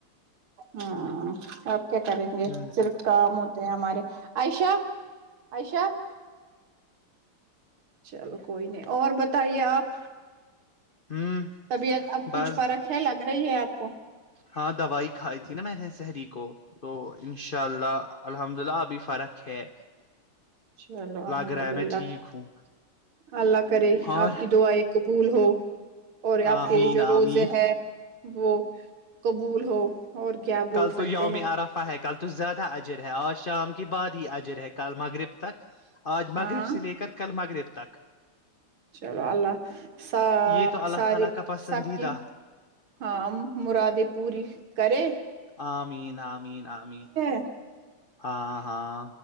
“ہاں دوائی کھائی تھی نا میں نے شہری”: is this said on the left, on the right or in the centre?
Left